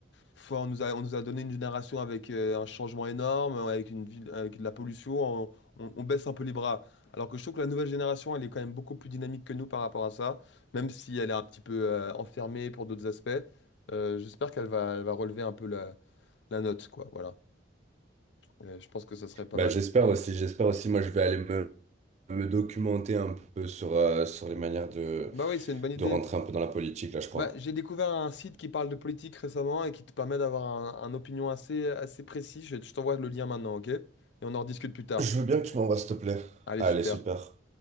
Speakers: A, on the left (about 65°); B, on the right (about 35°).
A: faut- on nous a, on nous a donné une génération avec euh, un changement énorme, euh, avec une ville, avec de la pollution, on, on- on baisse un peu les bras. Alors que je trouve que la nouvelle génération, elle est quand même beaucoup plus dynamique que nous par rapport à ça, même si elle est un petit peu euh, enfermée pour d'autres aspects. Euh, j'espère qu'elle va, elle va relever un peu la, la note, quoi. Voilà. Euh, je pense que ça serait pas
B: Bah
A: mal.
B: j'espère aussi, j'espère aussi, moi je vais aller me, me documenter un peu sur, euh, sur les manières de,
A: Bah oui, c'est une bonne idée.
B: de rentrer un peu dans la politique là, je crois.
A: Bah, j'ai découvert un site qui parle de politique récemment et qui te permet d'avoir un, un opinion assez, assez précis. Je, je t'envoie le lien maintenant, ok? Et on en rediscute plus tard.
B: Je veux bien que tu m'envoies s'il te plaît.
A: Allez,
B: Allez,
A: super.
B: super.